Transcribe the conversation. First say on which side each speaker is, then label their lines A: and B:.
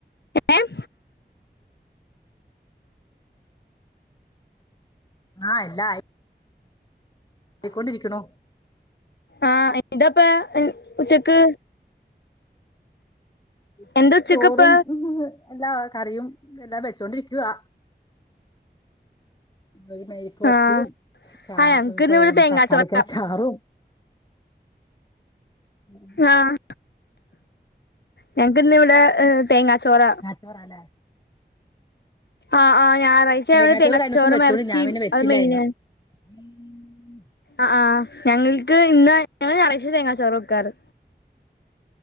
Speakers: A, on the left; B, on the left.
A: ഏഹ്
B: ആഹ് എല്ലാം ആയി ആയിക്കൊണ്ടിരിക്കുണു
A: ആഹ് എന്തപ്പാ ഉച്ചക്ക്
B: ഉച്ചക്ക്
A: എന്താ ഉച്ചക്കപ്പ
B: ചോറും എല്ലാ കറിയും എല്ലാം വെച്ചോണ്ടിരിക്കുവാ ഒരു മെഴുക്കുവരട്ടിയും
A: ആഹ്
B: ചാ
A: ആ ഞങ്ങക്കിന്ന് ഇവിടെ തേങ്ങാച്ചോറാ
B: തക്കാളിക്കാ ചാറും <unintelligible>
A: ആഹ് ഞങ്ങക്ക് ഇന്ന് ഇവിടെ തേങ്ങാ ചോറാ
B: ചോറാല്ലേ
A: ആഹ് ആഹ് ഞായറാഴ്ച ആയോണ്ട്
B: തേങ്ങാച്ചോറ്
A: തേങ്ങാച്ചോറും
B: കഴിഞ്ഞോസം വെച്ചോണ്ട്
A: എറച്ചിയും
B: ഞാൻ പിന്നെ വെച്ചില്ലായിരുന്നു.
A: അത് മെയിനാണ്
B: ഉം
A: ആഹ് ആഹ് ഞങ്ങൾക്ക് ഇന്ന് ഞങ്ങള് ഞായറാഴചയ തേങ്ങാച്ചോറ് വെക്കാറ്.